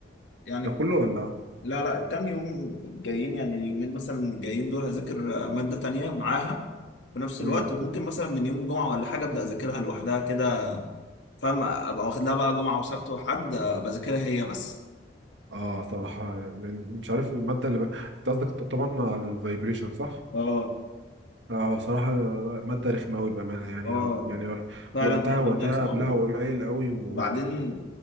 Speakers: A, on the left (about 80°); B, on the right (about 80°).
A: يعني
B: ده كله ولا
A: لا لا الكام يوم الجايين يعني اليومين مثلا الجايين دول هذاكر آه، مادة تانية معاها في نفس الوقت
B: امم
A: وممكن مثلا من يوم الجمعة ولا حاجة أبدأ أذاكرها لوحدها كده فاهم أبقى واخد لها بقى جمعة وسبت وحد آه، بذاكرها هي بس
B: اه صراحة لأن مش عارف المادة اللي ب... انت قصدك طبعا على الفايبريشن صح؟
A: اه
B: اه صراحة مادة رخمة قوي بأمانة يعني
A: اه
B: يعني
A: فعلا
B: وقتها
A: هي
B: وقتها
A: مادة رخمة
B: قبلها
A: و-
B: قليل قوي و...
A: وبعدين